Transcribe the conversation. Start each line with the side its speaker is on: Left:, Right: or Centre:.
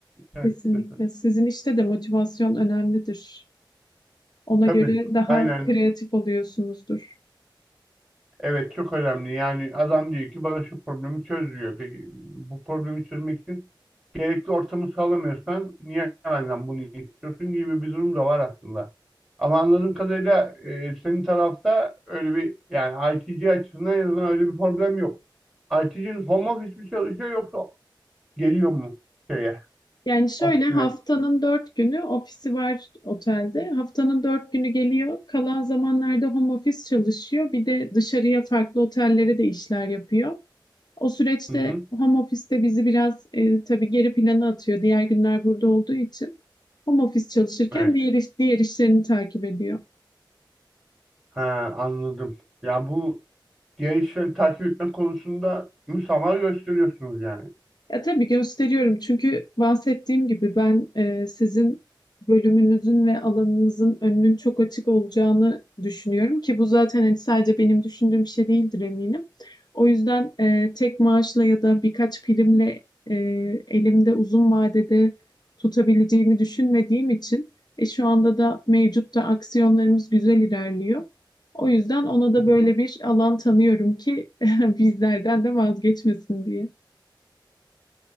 Centre: Evet.
Left: kesinlikle.
Centre: Açıkçası.
Left: Sizin işte de motivasyon önemlidir. Ona
Centre: Tabii.
Left: göre daha
Centre: Aynen.
Left: kreatif oluyorsunuzdur.
Centre: Evet çok önemli. Yani adam diyor ki bana şu problemi çöz diyor. Peki bu problemi çözmek için gerekli ortamı sağlamıyorsan niye benden bunu istiyorsun gibi bir durum da var aslında. Ama anladığım kadarıyla e, senin tarafta öyle bir yani ITC açısından en azından öyle bir problem yok. ITC'nin home office mi çalışıyor yoksa geliyor mu şeye,
Left: Yani şöyle
Centre: ofisine?
Left: haftanın dört günü ofisi var otelde. Haftanın dört günü geliyor. Kalan zamanlarda home office çalışıyor. Bir de dışarıya farklı otellere de işler yapıyor. O süreçte
Centre: Hı hı.
Left: home office'te bizi biraz e, tabii geri plana atıyor. Diğer günler burada olduğu için. Home office çalışırken
Centre: Evet.
Left: diğer, iş- diğer işlerini takip ediyor.
Centre: Ha, anladım. Ya bu diğer işleri takip etme konusunda müsamaha gösteriyorsunuz yani.
Left: Ya tabii gösteriyorum çünkü bahsettiğim gibi ben e, sizin bölümünüzün ve alanınızın önünün çok açık olacağını düşünüyorum ki bu zaten hani sadece benim düşündüğüm bir şey değildir eminim. O yüzden e, tek maaşla ya da birkaç primle e, elimde uzun vadede tutabileceğimi düşünmediğim için e, şu anda da mevcut da aksiyonlarımız güzel ilerliyor. O yüzden ona da
Centre: Hı hı.
Left: böyle bir alan tanıyorum ki <laughs> bizlerden de vazgeçmesin diye.